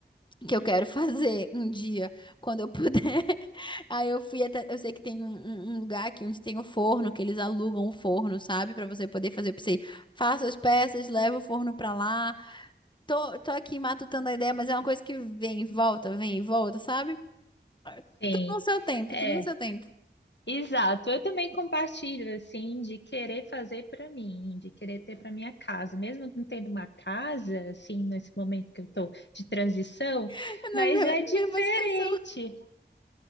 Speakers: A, on the left; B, on the left.
A: Que eu quero fazer um dia quando eu puder. <laughs> Aí eu fui até, eu sei que tem um, um- um lugar aqui onde tem o forno, que eles alugam o forno, sabe? Para você poder fazer, eu pensei, faço as peças, levo o forno para lá. Tô, tô aqui matutando a ideia, mas é uma coisa que vem e volta, vem e volta, sabe? Tudo
B: Sim.
A: no seu tempo,
B: É,
A: tudo no seu tempo.
B: exato. Eu também compartilho assim de querer fazer para mim, de querer ter para minha casa, mesmo não tendo uma casa assim nesse momento que eu estou de transição,
A: <laughs> Na
B: mas
A: mesma,
B: é diferente.
A: mesma situação.